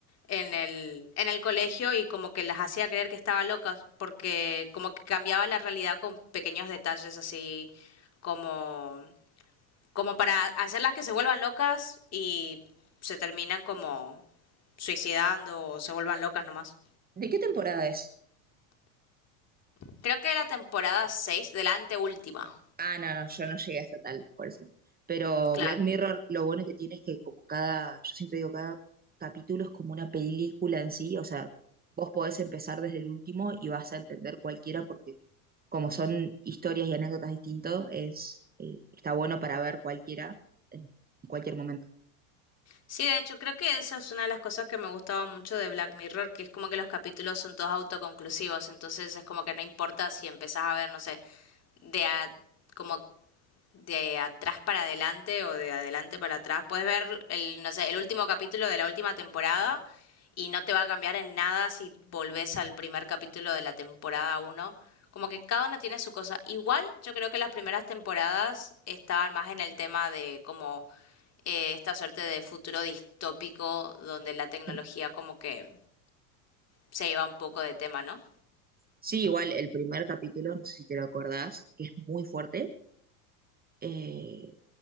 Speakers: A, on the left; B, on the right.
A: en el, en el colegio y como que las hacía creer que estaba locas, porque como que cambiaba la realidad con pequeños detalles así como, como para hacerlas que se vuelvan locas y se terminan como suicidando o se vuelvan locas nomás.
B: ¿De qué temporada es?
A: Creo que era la temporada seis de la anteúltima.
B: Ah, no, no, yo no llegué hasta tal, por eso. Pero
A: Claro.
B: Black Mirror, lo bueno que tiene es que como cada, yo siempre digo, cada capítulo es como una película en sí, o sea, vos podés empezar desde el último y vas a entender cualquiera porque como son historias y anécdotas distintos, es, eh, está bueno para ver cualquiera en cualquier momento.
A: Sí, de hecho, creo que esa es una de las cosas que me gustaba mucho de Black Mirror, que es como que los capítulos son todos autoconclusivos, entonces es como que no importa si empezás a ver, no sé, de a como de atrás para adelante o de adelante para atrás. Puedes ver el, no sé, el último capítulo de la última temporada y no te va a cambiar en nada si volvés al primer capítulo de la temporada uno Como que cada uno tiene su cosa. Igual yo creo que las primeras temporadas estaban más en el tema de como eh, esta suerte de futuro distópico donde la tecnología
B: Sí.
A: como que se iba un poco de tema, ¿no?
B: Sí, igual el primer capítulo, no sé si te lo acordás, que es muy fuerte, eh,